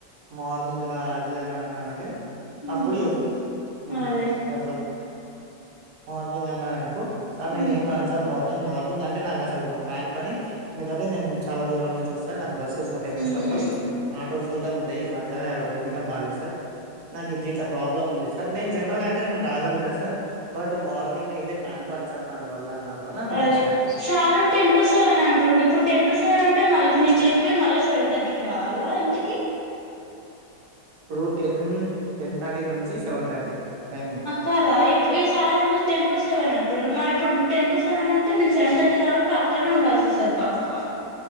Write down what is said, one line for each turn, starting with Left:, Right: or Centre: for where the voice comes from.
Right: మార్నింగ్ రా అది అని అన్నాారంటే
Left: ఉమ్
Right: అప్పుడు చెప్పు మ్
Left: అదే
Right: అట్లా మార్నింగ్ అన్నారు అనుకో సార్ నేను
Left: ఉమ్
Right: ఏం రాను సార్ మార్ని ంగ్ మార్నింగ్ అంటే నాకు అసలు కాన్ పని ఎందుకంటే నేను చాలా దూరం నుంచి వస్తా స నాకు బస్సెస్ ఉండేయి first
Left: um
Right: of all autos గిట ఉండేయి మధ్య రోడ్ గిట బాలేదు సార్ నాకు ఇటిట్లా ప్రాబ్లమ్ ఉంది సార్ నేను జనరల్ అంటే నేను రాగలిగుతా సార్ బట్ మార్నింగ్ అయితే కానిపని సార్ నా వల్ళ కాదు అని అని అనేసి
Left: అదే
Right: అంతే
Left: శారు టెన్ టు సెవెన్ అంటుండు ఇప్పుడు టెన్ టు సెవెన్ అం టే మళ్ళీ ఇప్పుడు నేను టెనుకు పోయి మళ్ళా సెవెన్ తట్టికి రావాలా ఇంటికి
Right: ఇప్పుడు టెన్ టెన్ థర్టీ నుంచి సెవెన్ థర్టీ టైమింగ్
Left: కదా ఇ ఈ సార్ ఎమో టెన్ టు సెవెన్ అంటు టుండు మరి ఇప్పుడు టెన్ టు సెవెన్ అంటే నేను సెవెన్ థర్టీ త వరకు అక్కనే ఉండాల్సి వస్తది పక్క